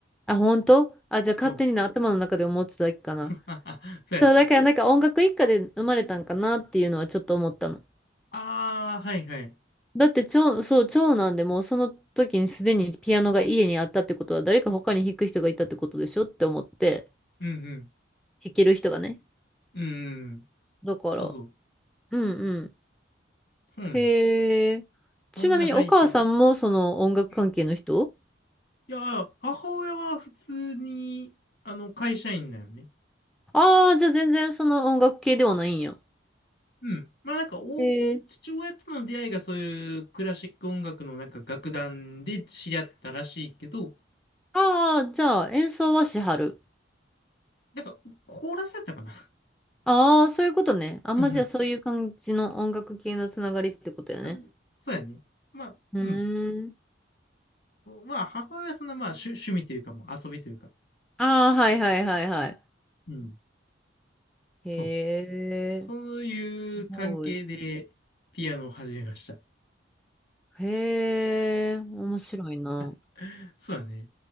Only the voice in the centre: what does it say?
あ、本当あ、じゃあ勝手にな頭の中で思ってただけかな。
そう、だからなんか音楽一家で生まれたんかなっていうのはちょっと思ったの。
だって長、そう、長男でもうその時にすでにピアノが家にあったってことは誰か他に弾く人がいたってことでしょって思って、
弾ける人がね。
だから、
うんうん。
へえ。ちなみにお母さんもその音楽関係の人
ああー、じゃあ全然その音楽系ではないんや。
へえ。
ああ、じゃあ演奏はしはる。
ああ、そういうことね。あんまじゃあそういう感じの音楽系のつながりってことやね。
うーん。
ああ、はいはいはいは
い。
へえ。
すごい。へえ。面白いな。